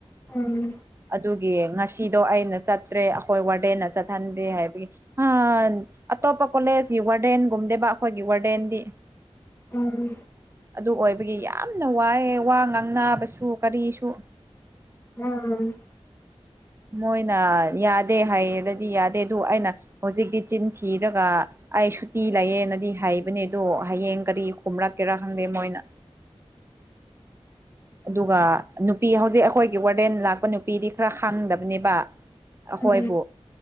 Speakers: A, on the left (about 20°); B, on the right (about 25°).
A: ꯎꯝ
B: ꯑꯗꯨꯒꯤ ꯉꯁꯤ ꯑꯗꯣ ꯑꯩꯅ ꯆꯠꯇ꯭ꯔꯦ ꯑꯩꯈꯣꯏ ꯋꯥꯔꯗꯦꯟꯅ ꯆꯠꯍꯟꯗꯦ ꯍꯥꯏꯕꯒꯤ ꯍꯥ ꯑꯇꯣꯞꯄ ꯀꯣꯂꯦꯖꯀꯤ ꯋꯥꯔꯗꯦꯟꯒꯨꯝꯗꯦꯕ ꯑꯩꯈꯣꯏꯒꯤ ꯋꯥꯔꯗꯦꯟꯗꯤ
A: ꯎꯝ
B: ꯑꯗꯨ ꯑꯣꯏꯕꯒꯤ ꯌꯥꯝꯅ ꯋꯥꯏꯑꯦ ꯋꯥ ꯉꯥꯡꯅꯕꯁꯨ ꯀꯔꯤꯁꯨ
A: ꯎꯝ
B: ꯃꯣꯏꯅ ꯌꯥꯗꯦ ꯍꯥꯏꯔꯗꯤ ꯌꯥꯗꯦ ꯑꯗꯨ ꯑꯩꯅ ꯍꯧꯖꯤꯛꯇꯤ ꯆꯤꯟ ꯊꯤꯔꯒ ꯑꯩ ꯁꯨꯇꯤ ꯂꯩꯌꯦꯅꯗꯤ ꯍꯥꯏꯕꯅꯦ ꯑꯗꯣ ꯍꯌꯦꯡ ꯀꯔꯤ ꯀꯨꯝꯂꯛꯀꯦꯔꯥ ꯈꯪꯗꯦ ꯃꯣꯏꯅ ꯑꯗꯨꯒ ꯑꯗꯨ ꯅꯨꯄꯤ ꯍꯧꯖꯤꯛ ꯑꯩꯈꯣꯏꯒꯤ ꯋꯥꯋꯔꯗꯦꯟ ꯂꯥꯛꯄ ꯅꯨꯄꯤꯗꯤ ꯈꯔ ꯈꯥꯡꯗꯕꯅꯦꯕ ꯑꯈꯣꯏꯕꯨ
A: ꯎꯝ